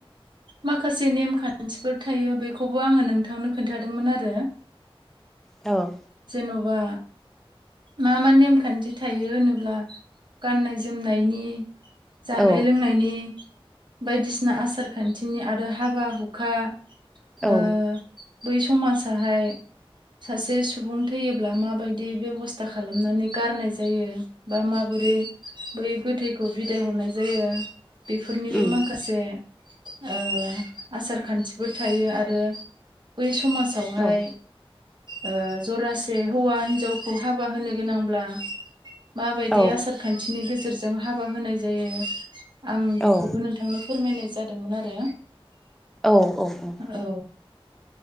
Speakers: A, on the right; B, in the centre.
A: माखासे नेमखान्थिफोर थायो बेखौबो आंङो नोंथांनो खोन्थादोंमोन आरो
B: औ
A: जेनबा मा मा नेमखान्थि थायो होनोब्ला गाननाय जोमनायनि जानाय
B: औ
A: लोंनायनि बायदिसिना आसार खान्थिनि आरो हाबा हुखा ओ
B: औ
A: बै समाजाहाय सासे सुबुं थैयो ब्ला माबायदि बेब'स्था खालामनानै गारनाय जायो बा माबोरै बै गोथैखौ बिदाय हरनाय जायो बेफोरनिबो
B: उम
A: माखासे ओ आसार खान्थिफोर थायो आरो बै समाजावहाय
B: औ
A: ओ जरास हौवा हिनजावखौ हाबा होनो गोनांब्ला मा बायदि
B: औ
A: आसारखान थिनि गेजेरजों हाबा होनाय जायो। आं बेखौबो
B: औ
A: नोंथांनो फोरमायनाय जादोंमोन आरो
B: औ औ औ।
A: औ।